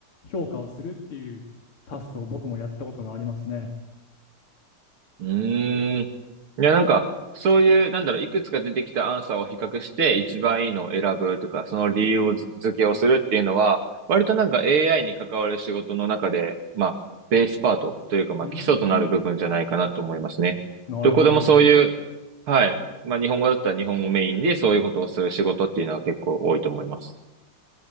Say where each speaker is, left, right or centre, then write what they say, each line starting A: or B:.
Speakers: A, on the left; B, on the right.
A: 評価をするっていうタスクを僕もやったことがありますね。
B: うーん。いや、なんか、そういう、なんだろう、いくつか出てきたアンサーを比較して、一番いいのを選ぶとか、その理由をず付けをするっていうのは、割となんか AI に関わる仕事の中で、まあ、ベースパートというか、まあ、
A: うー
B: 基礎となる部分じゃないかなと思いますね。
A: ん、なるほど。
B: どこでもそういう、はい。まあ、日本語だったら日本語メインで、そういうことをする仕事っていうのは結構多いと思います。